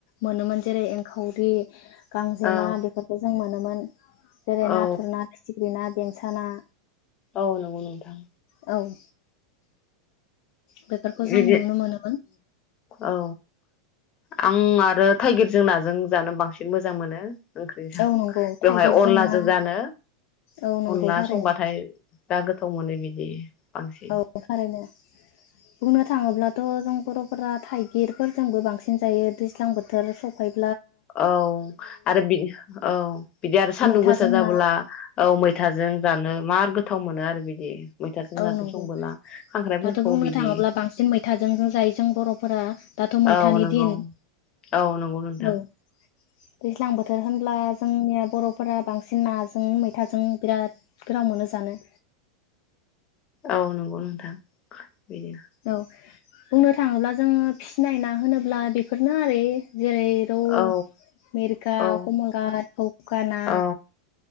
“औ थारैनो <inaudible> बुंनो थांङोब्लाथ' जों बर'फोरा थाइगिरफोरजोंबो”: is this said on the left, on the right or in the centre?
Left